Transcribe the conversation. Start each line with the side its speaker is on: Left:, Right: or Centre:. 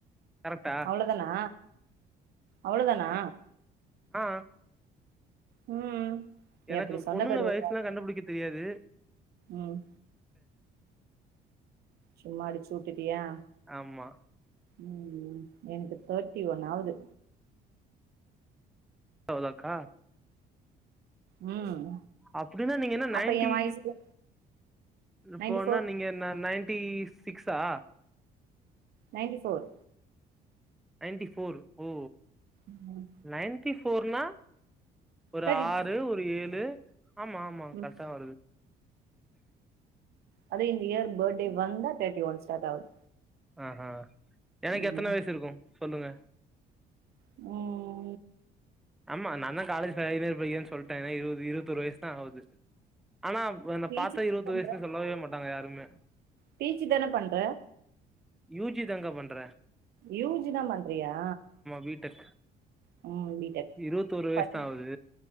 Centre: கரெக்டா
Right: அவ்ளோ தானா அவ்ளோ தானா
Centre: ஆ
Right: ம்
Centre: எனக்கு
Right: எப்டி சொன்ன
Centre: பொண்ணுங்க
Right: பாரு
Centre: வாய்ஸ்ல்லா
Right: ஒரு வார்
Centre: கண்டுபிடிக்க தெரியாது
Right: ம் சும்மா அடிச்சு விட்டுட்டியா
Centre: ஆமா
Right: ம் எனக்கு தேர்ட்டி ஒன் ஆவ்து
Centre: அவ்லோகா
Right: ம்
Centre: அப்டின்னா நீங்க என்ன நைன்ட்டி
Right: அப்ப ஏ வயசுக்கு
Centre: இப்போ
Right: நைன்டி
Centre: என்ன
Right: ஃபோர்
Centre: நீங்க நைன்டீஸ் சிக்ஸா
Right: நைன்டி ஃபோர்
Centre: நைன்டி போர் ஓ
Right: ம்
Centre: நைன்டி போர்னா ஒரு
Right: தேர்ட்டி
Centre: ஆறு ஒரு ஏழு ஆமா ஆமா
Right: ம்
Centre: கரெக்டா வருது
Right: அது இந்த இயர் பர்டே வந்தா தேர்டி ஒன் சாட் ஆகுது
Centre: ஆஹா எனக்கு
Right: ம்
Centre: எத்தன வயசு இருக்கு சொல்லுங்க
Right: ம்.
Centre: ஆமா நா தா காலேஜ் ஃபைனல் படிக்கிறே சொல்லிட்டே ஏன்னா இருவது இருவத்தொடு வயசு தா ஆகுது ஆனா இப்ப என்ன
Right: பி
Centre: பாத்தா
Right: ஜி
Centre: இருவத்தொடு
Right: பண்ற
Centre: வயசுன்னு சொல்லவே மாட்டாங்க யாருமே
Right: பி ஜி தான பண்ற
Centre: யூ ஜி தாங்க பண்ற
Right: யூ ஜி தா பண்றியா
Centre: பி டெக்
Right: <unintelligible>
Centre: இருவத்தொரு வயசுதா ஆவுது